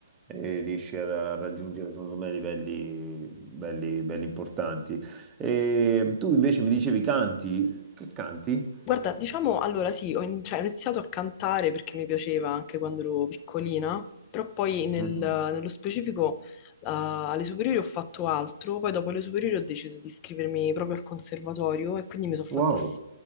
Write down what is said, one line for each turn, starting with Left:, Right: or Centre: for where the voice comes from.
Right: eh, riesci a raggiungere, secondo me, livelli belli belli importanti. E tu invece mi dicevi canti. Che canti?
Left: Guarda, diciamo, allora sì, ho, in- cioè, ho iniziato a cantare perché mi piaceva anche quando ero piccolina, però poi nel-
Right: Mhm.
Left: nello specifico eh, alle superiori ho fatto altro, poi dopo le superiori ho deciso di iscrivermi proprio al conservatorio e quindi mi sono fatta
Right: Wow,
Left: s-